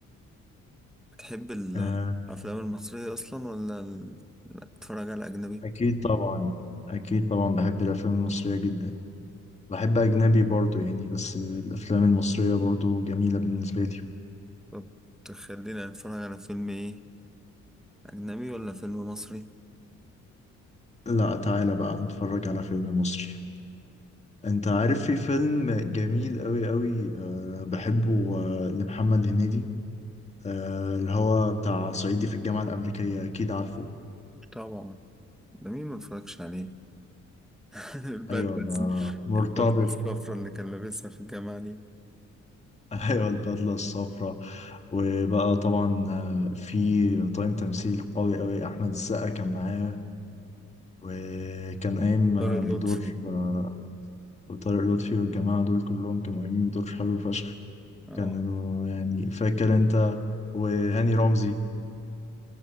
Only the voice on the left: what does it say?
آه
أكيد طبعا أكيد طبعا بحب الأفلام المصرية جدا بحب أجنبي برضو يعني بس الأفلام المصرية برضو جميلة بالنسبة لي
لا تعالى بقى نتفرج على فيلم مصري أنت عارف في فيلم جميل أوي أوي آه بحبه آه لمحمد هنيدي آه اللي هو بتاع صعيدي في الجامعة الأمريكية أكيد عارفه
أيوه ده مرتبط
<laughs> أيوه البدلة الصفراء وبقى طبعا آه، في طاقم تمثيل قوي قوي احمد السقا كان معاه وكان قايم آه،
بدور آه، طارق لطفي والجماعه دول كلهم كانوا قايمين بدور حلو فشخ
كانوا يعني فاكر انت وهاني رمزي